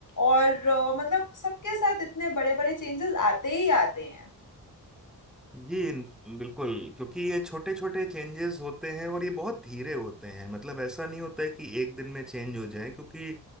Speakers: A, on the left; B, in the centre.
A: और अ, मतलब सबके साथ इतने बड़े बड़े चेंजेस आते ही आते हैं
B: जी इन- बिल्कुल क्योंकि ये छोटे छोटे चेंजेस होते हैं और ये बहुत धीरे होते हैं मतलब ऐसा नहीं होता है कि एक दिन में चेंज हो जाए क्योंकि